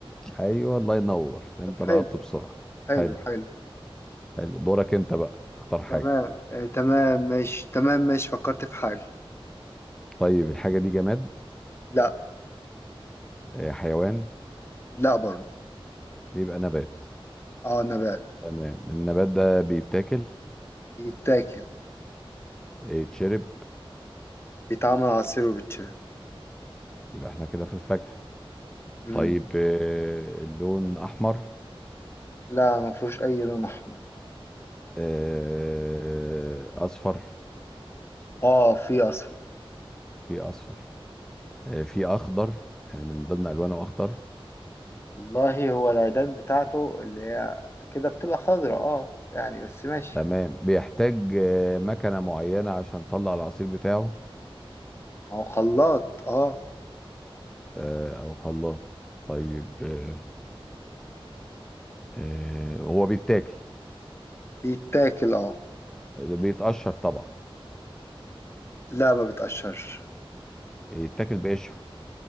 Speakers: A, in the centre; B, on the left.
A: ايوه الله ينور انت
B: طب حلو
A: لقطت بسرعه
B: حلو
A: حلو
B: حلو
A: حلو دورك انت بقى اختار حاجه
B: تمام آه تمام ماشي تمام ماشي فكرت في حاجة
A: طيب الحاجه دي جماد
B: لا
A: آه، حيوان
B: لا برضه
A: يبقى نبات
B: اه نبات
A: تمام النبات ده بيتاكل
B: بيتاكل
A: آه، يتشرب
B: بيتعمل عصير وبيتشرب
A: يبقى احنا كده في الفاكهة
B: امم
A: طيب آه، اللون أحمر
B: لا ما فيهوش اي لون احمر
A: آه، أصفر
B: اه في اصفر
A: في أصفر آه، في أخضر يعني من ضمن ألوانه أخضر
B: والله هو العيدان بتاعته اللي هي كده بتبقى خضراء اه يعني بس ماشي
A: تمام بيحتاج آه، مكنة معينة عشان تطلع العصير بتاعه
B: ما هو خلاط اه
A: آه، أو خلاط طيب آه، آه، هو بيتاكل
B: بيتاكل اه
A: آه، بيتقشر طبعا
B: لا ما بتقشرش
A: يتاكل بقشره